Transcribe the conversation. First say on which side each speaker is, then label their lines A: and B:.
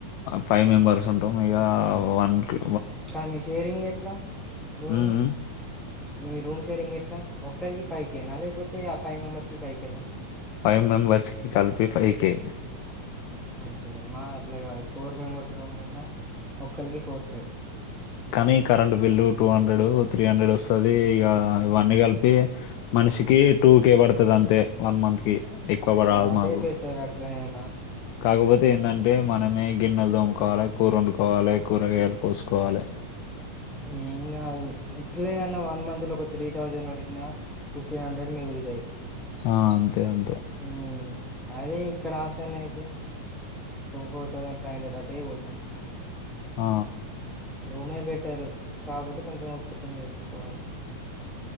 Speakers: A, on the left; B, in the centre.
A: ఫైవ్ మెంబెర్స్ ఉంటాం ఇక వన్కి
B: కా మీ షేరింగ్ ఎట్లా రూమ్
A: మ్మ్
B: ని మీ రూమ్ షేరింగ్ ఎట్లా ఒక్కరిక ఫైవ్ కే నా లేకపోతే ఆ ఫైవ్ మెంబర్స్ కి ఫైవ్ కే నా
A: ఫైవ్ మెంబర్స్ కి కల్పి ఫైవ్ కే
B: <unintelligible> అట్లా కాదు ఫోర్ మెంబెర్స్ రూమ్ లో ఉన్నా ఇక్కల్కి ఫోర్ ఫైవ్
A: కానీ current bill two hundred three hundred వస్తది ఇక ఇవన్నీ కలిపి మనిషికి టూ కే పడతాది అంతే వన్ మంత్ కి ఎక్కువ రాదు
B: అదే
A: మాకు
B: బెటర్ అట్లనేేనా
A: కాకపోతే ఏంటంటే మనమే గిన్నెల్తోమ్ కోవాలి కూరు వండుకోవాలే కూరగాయలు కోసుకోవాలి
B: ఏం కాదు ఎట్లలేదన్నా వన్ మంత్ లో ఒగ త్రీ థౌజండ్ వడిసిన ఫిఫ్టీన్ హండ్రెడ్ మిగిలు
A: ఆ అంతే అంతే
B: హ్మ్ అదే ఇక్కడ హాస్టల్ అయితే ఫోర్ థౌజండ్ ఫైవ్ హండ్రెడ్ అటే పోతున్నాయి
A: ఆ
B: రూమే బెటర్ కాకపోతే కొంచెం ఓపిక తోనే చేసుకోవాలి